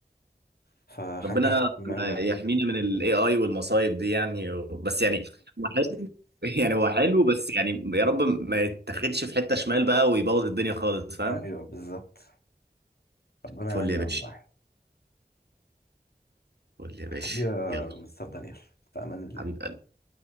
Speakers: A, on the left; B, on the right.
A: فحاجة
B: ربنا
A: مرعبة.
B: يحمينا من الاي اي والمصايب دي يعني و- بس يعني هو حلو <laughs> يعني هو حلو بس يعني يا رب ما يتاخدش في حتة شمال بقى ويبوظ الدنيا خالص فاهم
A: ايوه بالظبط ربنا
B: فل
A: يعيننا
B: يا باشا
A: والله
B: فل يا
A: حبيبي
B: باشا
A: يا
B: يلا
A: مستر دانيال في امان الله
B: حبيب قلبي